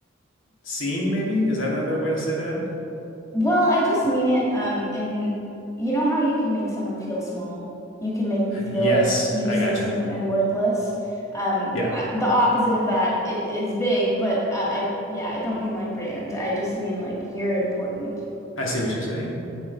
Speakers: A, on the left (about 85°); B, on the left (about 15°).
A: seen, maybe? Is that another way to say that?
B: Well, I just mean it um in you know how you can make someone feel small. You can make them feel
A: Yes,
B: like useless
A: I gotcha.
B: and, and worthless. Um,
A: Yeah,
B: I, the opposite of that i- is big, but uh, I yeah, I don't mean like grand. I just mean like you're important.
A: I see what you're saying.